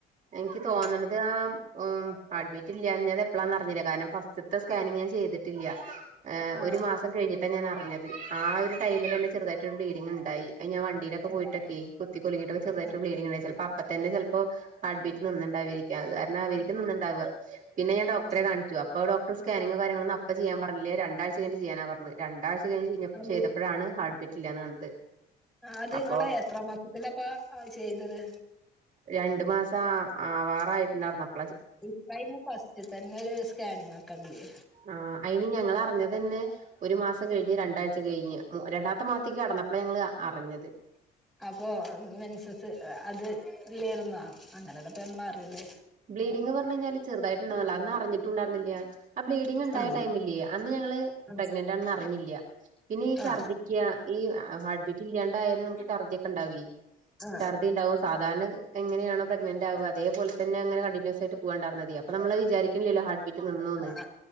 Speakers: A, on the right; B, in the centre.
A: എനിക്ക് തോന്നണത്
B: ആ
A: ആഹ് ഉം ഹാർട്ട്‌ ബീറ്റ് ഇല്ലന്നാത് എപ്പഴാന്ന് അ റിഞ്ഞില്ല കാരണം ഫസ്റ്റത്തെ സ്കാനിംഗ് ഞാൻ ചെയ്തിട്ടില്ല. ഏഹ്
B: ആ,
A: ഒരു മാസം കഴിഞ്ഞിട്ടാ ഞാൻ അ റിഞ്ഞത് ആ ഒരു ടൈമിലന്നെ ഞ്ഞത്. ആ ഒരു ടൈമിലെന്നെ ചെറുതായിട്ട് ഒരു ബ്ലീഡിങ് ഇ ണ്ടായി. അയ് ഞാൻ വണ്ടിയിലൊക്കെ
B: ഉണ്ടാവും.
A: പോയി ട്ട് കുത്തി കുലിങ്ങിയിട്ട് ഒക്കെ ചെറുതയിട്ട്
B: ആ,
A: ബ്ലീഡിങ് ഉണ്ടായി ചിലപ്പോ അപ്പ തന്നെ ചെൽപ്പോ ഹാർട്ട് ബീറ്റ് നിന്നുണ്ടവി അത് കാരണം ആവിരിക്കും
B: ആ,
A: നിന്നുണ്ടാവ പിന്നെ ഞാൻ ഡോക്ടറെ
B: ആ.
A: കാണിച്ചു അപ്പൊ ഡോ ക്ടർ സ്കാനിങ്ങും കാര്യങ്ങളൊന്നും അപ്പ ചെയ്യാൻ പറഞ്ഞില്ല രണ്ടാഴ്ച്ച കഴിഞ്ഞിട്ട് ചെയ്യാനാ പറഞ്ഞത് രണ്ടാഴ്ച്ച കഴിഞ്ഞ്
B: അത്
A: ചെയ്തപ്പഴാണ് ഹർട്ട് ബി ബിറ്റില്ലാന്ന് കണ്ടത്
B: അത് നിങ്ങൾ
A: അപ്പൊ
B: എത്ര മാസത്തിലാപ്പ ചെയ്തത്
A: രണ്ടു മാസം ആവാർ ആയിട്ടുണ്ടായിരുന്ന് അ
B: ഇപ്പ അയിന് ഫസ്റ്റ് തന്നെ ഒരു സ്കാനിങ് ആക്കല്ലേ
A: ആഹ് അയിന് ഞങ്ങൾ അറിഞ്ഞതന്നെ ഒരു മാസം കഴിഞ്ഞ് രണ്ടാഴ്ച കയിഞ്ഞ് രണ്ടാമത്തെ മാത്തേക്ക് കടന്നപ്പള ഞങ്ങൾ അറിഞ്ഞത്.
B: അപ്പൊ മെൻസസ് അത് ഇല്ലാര്ന്നോ അങ്ങനെതപ്പ നമ്മൾ അറിയല്
A: ബ്ലീഡിങ് പറഞ്ഞ കഴിഞ്ഞാല് ചെറതായിട്ടുണ്ടായിനുള്ളു അറിഞ്ഞിട്ടുണ്ടായിന്നില്ല ആ ബ്ലീഡിങ് ഉണ്ടായ
B: ആ
A: ടൈമില്ലേ അന്ന് ഞ ഞങ്ങൾ
B: ആ
A: പ്രഗ്നന്റ് ആണെന്ന് അറിഞ്ഞില്ല പിന്നെ ഈ
B: ആ
A: ഛർദിക്ക ഈ ഹാർട്ട് ബീറ്റ് ഇല്ലാണ്ടായാലും നമുക്ക് ഛർദ്ദിയൊക്കെ ഇണ്ടാവില്ലേ
B: ആ
A: ഛർദി ഉണ്ടാവും സാധാരണ എങ്ങനെയാണ് പ്രെഗ്നന്റ് ആവുക അതേപോലെ തന്നെ അങ്ങനെ കണ്ടിന്യൂസ് ആയി ട്ട് പോവാണ്ടാർന്നത് അപ്പ നമ്മളത് വിചാരിക്കണില്ലല്ലോ ഹാർട്ട്ബീറ്റ് നിന്നുന്ന്
B: ആ ആ